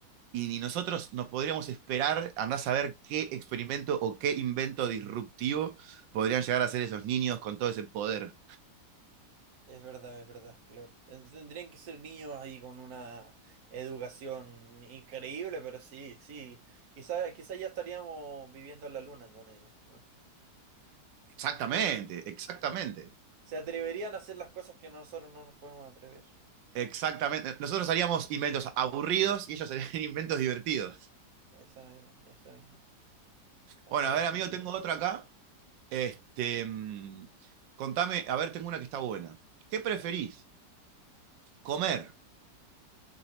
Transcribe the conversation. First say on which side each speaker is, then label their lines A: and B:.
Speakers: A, on the right (about 90°); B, on the right (about 60°).
A: y ni nosotros nos podríamos esperar, andar a saber qué experimento o qué invento disruptivo podrían llegar a hacer esos niños con todo ese poder.
B: Es verdad, es verdad, claro. Ten- Tendrían que ser niños ahí con una educación increíble, pero sí, sí. Quizá, quizá ya estaríamos viviendo en la luna con ellos, ¿no?
A: Exactamente,
B: No, eh,
A: exactamente.
B: eh, Se atreverían a hacer las cosas que nosotros no nos podemos atrever.
A: Exactamente. Nosotros haríamos inventos aburridos y ellos harían <laughs> inventos divertidos.
B: Eso mismo, eso mismo. La
A: Bueno,
B: verdad
A: a ver,
B: es que
A: amigo,
B: sí.
A: tengo
B: weón.
A: otra acá. Este, mm, contame, a ver, tengo una que está buena. ¿Qué preferís? ¿Comer